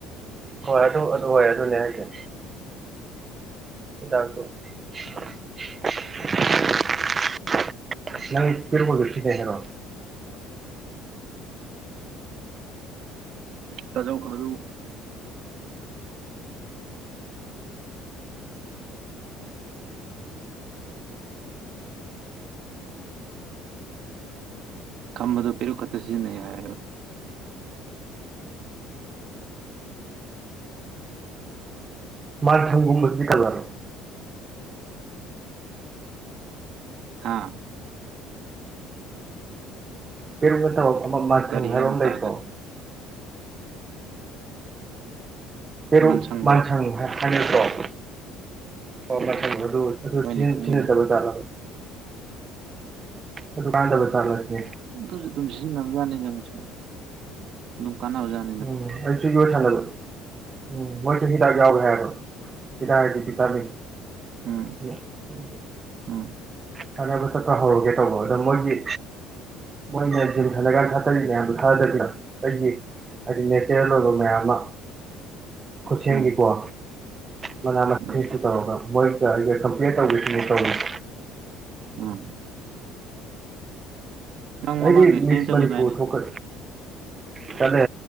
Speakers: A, on the right; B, on the right.
A: ꯍꯣꯏ ꯑꯗꯨ ꯑꯗꯨ ꯍꯣꯏ ꯑꯗꯨꯅꯦ ꯍꯥꯏꯖꯦ ꯍꯤꯗꯥꯛꯇꯨ <unintelligible> ꯅꯪ ꯄꯤꯔꯨꯛꯃꯟꯗꯨ ꯁꯤꯖꯤꯟꯅꯩ ꯍꯥꯏꯔꯣ
B: ꯇꯥꯖꯧ ꯈꯔꯨ ꯈꯝꯕꯗꯨ ꯄꯤꯔꯨꯛ ꯈꯇ ꯁꯤꯖꯤꯟꯅꯩ ꯍꯥꯏꯕ
A: ꯃꯥꯥꯟ ꯊꯝꯒꯨꯝꯕꯁꯨ ꯈꯜꯂꯕꯔ꯭ꫭ
B: ꯍꯥꯥ
A: ꯀꯩꯔꯨꯝꯕ ꯊꯕꯛ ꯑꯃ ꯃꯊꯪ
B: ꯀꯔꯤ
A: ꯍꯥꯏꯕ
B: ꯍꯥꯏꯅꯣ
A: ꯑꯃ
B: ꯇꯥꯗ꯭ꯔꯦ
A: ꯂꯩꯇ꯭ꯔꫭ ꯍꯩꯔꯨꯛ
B: ꯃꯟꯁꯪꯗꯣ
A: ꯃꯥꯟꯁꯪ ꯍꯥꯏꯅꯗꯔ꯭ꫭ ꯑꫭ ꯃꯥꯟꯁꯪ ꯑꯗꯨ ꯑꯗꯨ
B: ꯍꯣꯏꯅꯦ
A: ꯁꯤꯟ
B: ꯈꯪꯉꯤꯅꯦ
A: ꯁꯤꯟꯅꯠꯇꯕ ꯖꯥꯠꯂ ꯑꯗꯨꯀꯥꯟꯗꯕ ꯖꯥꯠꯂ ꯁꯤ
B: ꯑꯗꯨꯖꯨ ꯑꯗꯨꯝ ꯁꯤꯖꯤꯟꯅꯕꯖꯥꯠꯅꯤꯅ ꯃꯁꯤ ꯑꯗꯨꯝ ꯀꯥꯟꯅꯕꯖꯥꯠ
A: ꯎꯝ ꯑꯩꯁꯨ ꯅꫭꯏ ꯁꯥꯅꯕ ꯎꯝ ꯋꯥꯔꯛꯇꯒꯤ ꯍꯤꯗꯥꯛ ꯌꯥꯎꯋꯦ ꯍꯥꯏ ꯑꯕ ꯍꯤꯗꯥꯛ ꯑꯗꯤ ꯕꯤꯇꯥꯃꯤꯟ
B: ꯎꯝ
A: <unintelligible>
B: ꯎꯝ
A: ꯁꯥꯅꯕ ꯆꯠꯄ ꯍꯧꯔꯒꯦ ꯇꯧꯕ ꯑꯗ ꯃꯣꯏꯒꯤ ꯃꯣꯏꯅ ꯖꯤꯝ ꯁꯥꯟꯅꯒꯥꯟ ꯊꯥꯀꯠꯂꯤ ꯃꯌꯥꯝꯗꯨ ꯊꯥꯗꯗꯤ ꯑꯩꯒꯤ <unintelligible> ꯃꯌꯥꯝ ꯑꯃ ꯈꯨꯠꯁꯦꯝꯒꯤꯀꯣ
B: ꯎꯝ
A: ꯃꯅꯥ ꯃꯁꯤꯡꯁꯨ
B: ꯎꯝ
A: ꯇꯧꯔꯒ ꯃꯣꯏꯒ <unintelligible> ꯇꯧꯒꯦ ꯁꯤꯅꯦ ꯇꯧꯔꯤꯁꯦ
B: ꯎꯝ ꯅꯪ ꯃꯃꯥꯡ
A: ꯑꯩꯗꯤ
B: ꯅꯦꯁꯅꯦꯜ
A: ꯃꯤꯁ
B: ꯆꯠꯂꯨꯗꯥꯏꯅꯦ
A: ꯃꯅꯤꯄꯨꯔ ꯊꯣꯛꯀ ꯆꯠꯂꯦ